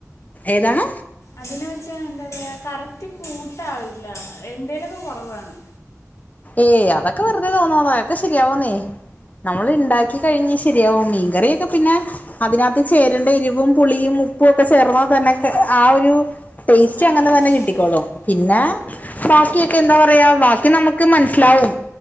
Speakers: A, on the left (about 30°); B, on the left (about 65°).
A: ഏതാണ്
B: അതിന് വെച്ചാ എന്താ പറയ്യാ കറക്റ്റ് കൂട്ടാവില്ല എന്തേലൊക്കെ കുറവ് കാണും
A: ഏയ് അതൊക്കെ വെറുതെ തോന്നണതാ അതൊക്കെ ശെരിയാവുന്നേ നമ്മൾ ഉണ്ടാക്കി കഴിഞ്ഞ് ശരിയാവും മീൻകറിയൊക്കെ പിന്നെ അതിനകത്ത് ചേരണ്ട എരിവും പുളിയും ഉപ്പും ഒക്കെ ചേർന്നാ തന്നെ ആ ഒരു ടേസ്റ്റ്
B: ആ
A: അങ്ങനെ തന്നെ കിട്ടിക്കോളും
B: ശരിയാ
A: പിന്നെ
B: അത് ശരിയാ
A: ബാക്കിയൊക്കെ എന്താ പറയാ ബാക്കി നമുക്ക് ക്ക്‌ മനസ്സിലാവും